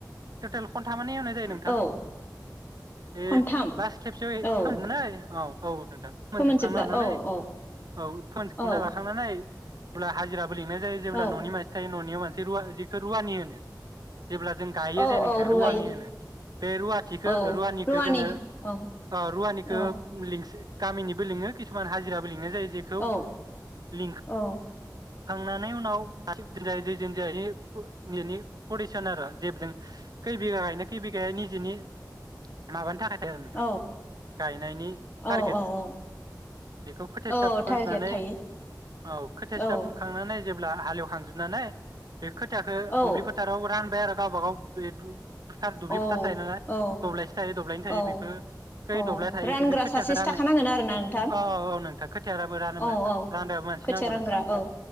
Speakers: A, on the right; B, on the left.
A: टटेल खन्थामानो हेवनाय जायो नोंथां।
B: औ
A: ए
B: खनथाम
A: लास खेबसेयाव
B: औ
A: फो मोनाय औ। औ नोंथां फोमोनजोबखांना
B: फोमोनजोबला
A: लानानै
B: औ औ
A: औ फोनजोबखांना
B: औ
A: लाखांनानै अब्ला हाजिरा बो लिंनाय जेब्ला
B: औ
A: न'नि मानसि थायो न'नियाव मान <unintelligible> इखो रुवानि होनो। जेब्ला जों गायो
B: औ
A: जेनिखौ
B: औ रुवायो
A: रुवानि होनो। बे रूवाथिखो
B: औ
A: रूवानिखो
B: रुवानि
A: जोङो
B: औ
A: ओ रूवानिखो
B: औ
A: लि स गामिनिबो लिङो किसुमान हाजिराबो लिङो। जाय जेखौ
B: औ
A: लिं
B: औ
A: थांना नाय उनाव <unintelligible> <unintelligible> <unintelligible> नि माबानि थाखाय आरो नोंथां
B: औ
A: गायनायनि
B: औ
A: टारगेट बेखौ खोथिया
B: औ
A: सिथा फुखांजोबनानै
B: टारगेट थायो
A: औ खोथिया सिथा
B: औ
A: फुरखांनानै जेब्ला हाल एवखांजोब नानै बे खोथियाखो
B: औ
A: दुब्लि फोथाराव रानबाय आरो गावबा गाव बे दुब फोथार दुब्लिफोथार
B: औ
A: खोथा थायो नालाय
B: औ
A: दब्लायसे थायो दब्लायनै थायो
B: औ
A: बेखौ खै
B: औ
A: दब्लाय थायो
B: रानग्रा
A: बिदिनो खोथियाखौ
B: सासेसो
A: राननो
B: थाखानांगोन आरोना नोंथां
A: औ औ नोंथां खोथिया राबो रानोमोन
B: औ औ
A: रानदाबो मानसि
B: खोथिया
A: नांगौ
B: रानग्रा
A: नोंथां
B: औ